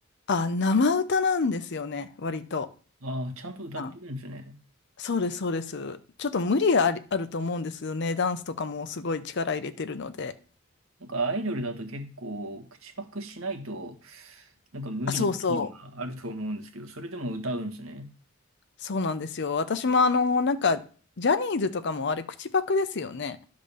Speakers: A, on the left; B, on the right.
A: あ、生歌なんですよね、割と。
B: ああ、ちゃんと歌ってるんですね。
A: あそうです、そうです。ちょっと無理あり、あると思うんですよね。ダンスとかもすごい力入れてるので。
B: なんかアイドルだと結構口パクしないとなんか無理なシーンがあると思うんですけど、
A: あ、そうそう。
B: それでも歌うんですね。
A: そうなんですよ。私もあの、なんか、ジャニーズとかもあれ、口パクですよね。